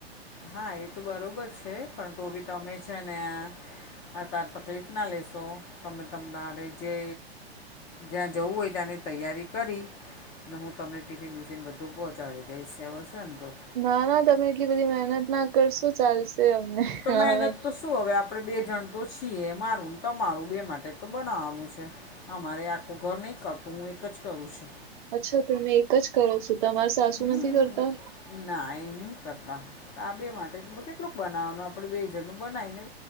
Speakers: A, on the left (about 15°); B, on the right (about 50°).
A: હા એ તો બરોબર છે, પણ તો ભી ગમે છે. ને આ તાર તકલીફ ના લેશો તમે તમને રેજે. જ્યાં જવું હોય ત્યાંની તૈયારી કરી. ને હું તમને ટિફિન વિફિન બધું પહોંચાડી દઈશ, એ હશે નેતો
B: ના, ના તમે એટલી બધી મહેનત ના કરશો ચાલશે, અમને હવે
A: તો મહેનત, તો શું હવે આપણેે બે જણ તો છીએ મારું તમારું બે માટે તો બનાવાનું છે. અમારે આખું ઘર નહીં કરતું હું એક જ કરું છું,
B: અચ્છા તમે એક જ કરો છો, તમાર સાસુ
A: હમ
B: નથી કરતા.
A: ના એ નહીં કરતા આ બે માટે કેટલુંક બનાવાનું. આપણે બેઝણનું બનાવીને